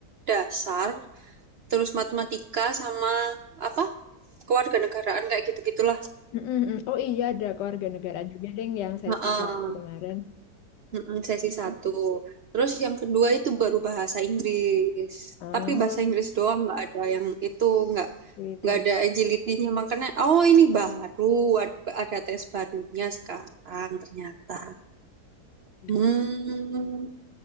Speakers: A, on the right; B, on the left.
A: dasar terus matematika sama apa kewarganegaraan kayak gitu-gitulah.
B: Mm-mm-mm. Oh iya ada keluarga negara juga deh yang sesi
A: Heeh,
B: satu kemarin.
A: heeh, sesi satu. Terus yang kedua itu baru bahasa Inggris.
B: Oh,
A: Tapi bahasa Inggris doang nggak ada yang itu nggak
B: agility.
A: nggak ada agility-nya. Makanya oh ini baru ad- ada tes barunya sekarang ternyata.
B: Ya.
A: Hmm,